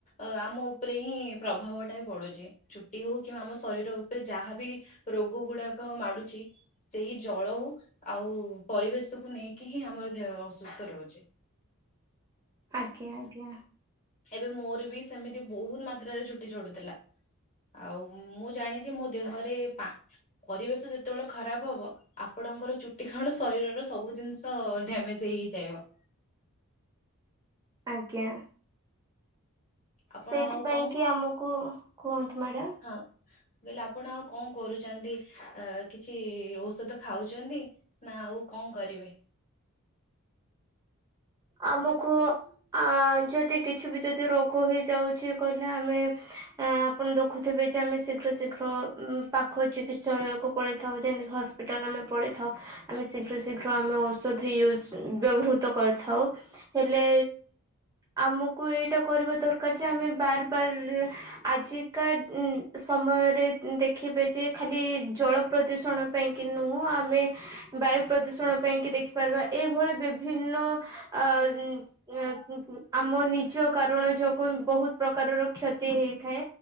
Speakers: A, on the left; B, on the right.
A: ଅ ଆମ ଉପରେ ହିଁ ପ୍ରଭାବଟା ପଡୁଛି ଛୁଟି ହଉ କିମ୍ବା ଆମ ଶରୀର ଉପରେ ଯାହାବି ରୋଗ ଗୁଡାକ ମାଡୁଛି। ସେଇ ଜଳ ଉ ଆଉ ପରିବେଶକୁୁ ନେଇକି ହିଁ ଆମର ଦେହ ଅସୁସ୍ଥ ରହୁଛି।
B: ଆଜ୍ଞା ଆଜ୍ଞା।
A: ଏବେ ମୋର ବି ସେମିତି ବହୁତ ମାତ୍ରାରେ ଚୁଟି ଝଡୁ ଥିଲା। ଆଉ ମୁଁ ଜାଣିଛି ମୋ ଦେହରେ ପା ପରିବେଶ ଯେତେବେଳେ ଖରାପ ହବ ଆପଣଙ୍କର ଚୁଟି କଣ ଶରୀରର ସବୁ ଜିନିଷ ଡ୍ୟାମେଜ ହେଇ ହେଇଯାଇବ।
B: ଆଜ୍ଞା
A: ଆପଣ
B: ସେଥିପାଇଁ
A: ଆଉ କଣ
B: କି ଆମକୁ କୁହନ୍ତୁ ମ୍ୟାଡାମ।
A: ହଁ। ମୁଁ କହିଲି ଆପଣ ଆଉ କଣ କରୁଛନ୍ତି କିଛି ଔଷଧ ଖାଉଛନ୍ତି। ନା ଆଉ କଣ କରିବେ।
B: ଆମକୁ ଆ ଯଦି କିଛି ବି ଯଦି ରୋଗ ହେଇଯାଉଛି କହିଲେ ଆମେ ଆପଣ ଦେଖୁଥିବେ ଯେ ଆମେ ଶୀଘ୍ର ଶୀଘ୍ର ପାଖ ଚିକିତ୍ସାଳୟକୁ ପଳେଇଥାଉ ଯେମତିକି ହସ ସ୍ପିଟାଲ ଆମେ ପଳେଇଥାଉ। ଆମେ ଶୀଘ୍ର ଶୀଘ୍ର ଆମେ ଔଷଧ ୟୁଜ୍ ବ୍ୟବହୃ ତ କରିଥାଉ। ହେଲେ ଆମକୁ ଏଇଟା କରିବା ଦରକାର ଯେ ଆମେ ବାର ବାର ଆଜିକା ସମୟରେ ଦେଖିବେ ଯେ ଖାଲି ଜଳ ପ୍ରଦୂଷଣ ପାଇଁ କିି ନୁହଁ ଆମେ ବାୟୁ ପ୍ରଦୂଷଣ ପାଇଁକି ଦେଖିପାରିବା ଏଇଭଳି ବିଭିନ୍ନ ଆ। ଉଁ ଉଁ ଆମ ନିଜ କାରଣ ଯୋଗୁ ବହୁତ ପ୍ରକାରର କ୍ଷତି ହେଇଥାଏ।